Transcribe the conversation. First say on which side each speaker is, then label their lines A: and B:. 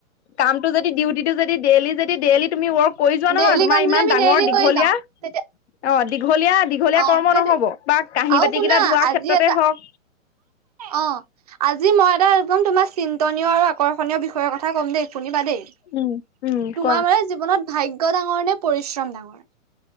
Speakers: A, on the left; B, on the right.
A: কামটো যদি ডিউটিটো যদি ডেইলি যদি ডেইলি তুমি অৰ্ক কৰি যোৱা
B: ডেইলি
A: নহয় তোমাৰ
B: কাম
A: ইমান
B: যদি আমি
A: ডাঙৰ
B: ডেইলি
A: দীঘলীয়া,
B: কৰি যাওঁ তেতিয়া
A: অ' দীঘলীয়া দীঘলীয়া
B: অ
A: কৰ্ম
B: সেইটোৱে
A: নহ'ব বা কাঁহী
B: আৰু
A: বাতিকেইটা
B: শুনা
A: ধোৱাৰ
B: আজি
A: ক্ষেত্ৰতে
B: এটা
A: হওক
B: অ'। আজি মই এটা একদম তোমাৰ চিন্তনীয় আৰু আকৰ্ষণীয় বিষয়ৰ কথা ক'ম দেই, শুনিবা দেই।
A: উম, উম,
B: তোমাৰ
A: কোৱা?
B: মানে জীৱনত ভাগ্য ডাঙৰ নে পৰিশ্ৰম ডাঙৰ,